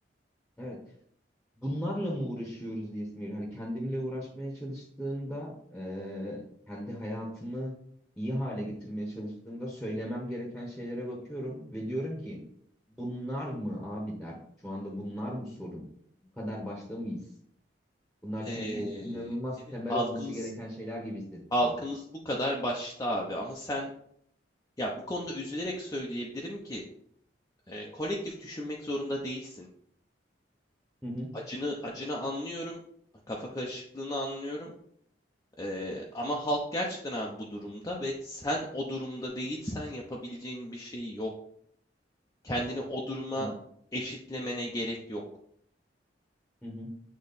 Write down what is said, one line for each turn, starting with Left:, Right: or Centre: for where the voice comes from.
Centre: evet. Bunlarla mı uğraşıyoruz diye geliyor. Hani kendimle uğraşmaya çalıştığımda, e, kendi hayatımı iyi hale getirmeye çalıştığımda söylemem gereken şeylere bakıyorum ve diyorum ki bunlar mı abi dert? Şu anda bunlar mı sorun? Bu kadar başta mıyız? Bunlar
Left: Ee,
Centre: çünkü inanılmaz
Left: evet
Centre: temel
Left: halkımız
Centre: olması gereken şeyler gibi hissettiriyor.
Left: halkımız bu kadar başta abi ama sen ya bu konuda üzülerek söyleyebilirim ki e, kolektif düşünmek zorunda değilsin.
Centre: Hı hı.
Left: acını acını anlıyorum. Kafa karışıklığını anlıyorum. Ee, ama halk gerçekten abi bu durumda ve sen o durumda değilsen yapabileceğin bir şey yok. Kendini o duruma
Centre: Hı
Left: eşitlemene gerek yok.
Centre: hı. hı.